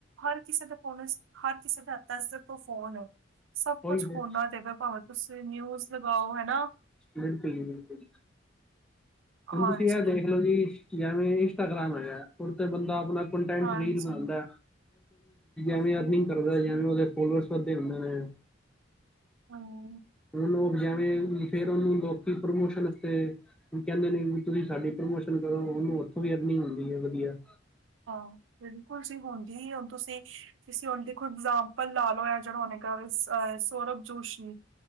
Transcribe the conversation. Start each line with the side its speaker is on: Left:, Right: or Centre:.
Right: ਹਰ ਕਿਸੇ ਦਾ ਫੋਨ, ਹਰ ਕਿਸੇ ਦੇ ਹੱਥਾਂ 'ਚ ਦੇਖੋ ਫੋਨ ਏ ਸਭ
Centre: ਉਹੀ
Right: ਕੁਛ
Centre: ਤੇ
Right: ਫੋਨਾਂ 'ਚ ਹੈਗਾ, ਭਾਵੇਂ ਤੁਸੀਂ ਨਿਊਜ਼ ਲਗਾਓ ਹਨਾ।
Centre: ਬਿਲਕੁਲ ਜੀ ਬਿਲਕੁਲ, ਹੁਣ
Right: ਹਾਂਜੀ
Centre: ਤੁੁਸੀ ਆ ਦੇਖ ਲੋ ਜੀ ਜਿਵੇਂ ਇੰਸਟਾਗ੍ਰਾਮ ਹੈਗਾ, ੳਹਦੇ ਤੇ ਬੰਦਾ ਆਪਣਾ ਕੰਟੈਂਟ,
Right: ਹਾਂਜੀ
Centre: ਰੀਲ ਬਣਾਂਦੇ ਐਵੇਂ ਅਰਨਿੰਗ ਕਰਦਾ, ਜਿਵੇਂ ਉਹਦੇ ਫੋਲੋਰਸ ਵੱਧਦੇ ਹੁੰਦੇ ਨੇ।
Right: ਹਾਂ।
Centre: ਹੁਣ ਲੋਕ ਜੈਵੇਂ, ਫੇਰ ਉਹਨੂੰ ਲੋਕੀ ਪ੍ਰਮੋਸ਼ਨ, ਆਸਤੇ ਹੁਣ ਕਹਿੰਦੇ ਨੇ ਵੀ ਤੁਸੀਂ ਸਾਡੀ ਪ੍ਰਮੋਸ਼ਨ ਕਰੋ, ਉਹਨੂੰ ਉੱਥੋਂ ਵੀ ਅਰਨਿੰਗ, ਹੁੰਦੀ ਐ ਵਧੀਆ
Right: ਹਾਂ ਬਿਲਕੁਲ ਸੀ, ਹੁੰਦੀ ਏ, ਹੁਣ ਤੁਸੀਂ-ਤੁਸੀਂ ਉਦੇ ਇਗਜ਼ਾਮਪਲ ਲਾ ਲਓ, ਇਹ ਜਿਹੜਾ ਉਹਨੇ, ਕਿਹਾ ਅ ਸੌਰਭ ਜੋਸ਼ੀ